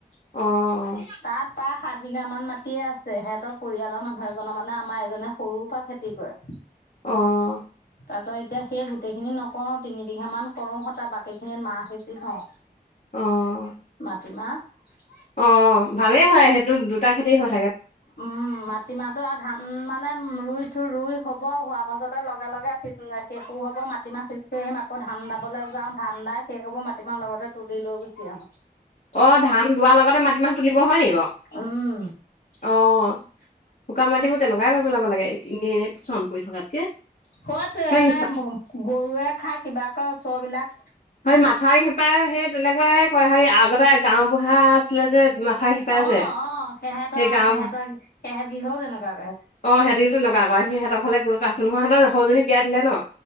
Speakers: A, on the left; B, on the left.
A: অ'।
B: তাৰ ত সাত বিঘা মান মাটিয়ে আছে সিহঁতৰ পৰিয়ালৰ মানুহ এজনৰ মানে আমাৰ এজনে সৰুৰ পৰা খেতি কৰে
A: আহ
B: তাৰপিছত এতিয়া সেই গোটেইখিনি নকৰো তিনি বিঘা মান কৰো সত বাকী খিনিত মাহ সিঁচি থওঁ
A: অ'।
B: প্ৰতিতিমাহ <unintelligible>
A: অ', ভালে হয়, সেইটো দুটা খেতি হয়।
B: উম মাটিমাহটো আৰু ধান মানে ৰুই থৈ ৰুই হ'ব হোৱাৰ পাছতে লগে লগে শেষো হ'ব মাটিমাহ সিজ গুচি আহিম আকৌ ধান দাবলৈ যাও ধান দাই শেই কবৰ মাটিমাহ লগতে তুলি লৈ গুচি আহো
A: অ ধান দোৱাৰ লগতে মাটিমাহ তুলিব হয় নিকি বাৰু
B: উম
A: অ শুকান মাটিবোৰ তেনেকুৱাই কৰি পেলাব লাগে এনেই এনেই চন পৰি থকাতকে
B: হয়তে
A: সেই
B: মানে
A: সিফা
B: গৰুৱে খাই ক চবিলাক
A: হয় মাথাউৰি শিপাই সেই তেনেকুৱাই কয় হে আগতে গাও বুঢ়া আছিলে যে মাথাউৰি সিপাৰে
B: অ
A: যে
B: অ সেহত
A: সেই
B: অ
A: গাঁওবুঢ়া
B: সেহঁতৰ সেহত গৃহৰ তেনেকুৱাকেে
A: অঁ হেইটি তেনেকুৱা কৰে ত সিহঁত ঘৰলে গৈ পাইচোনহয় সিহঁতৰ সৰু জনী বিয়া দিলে ন?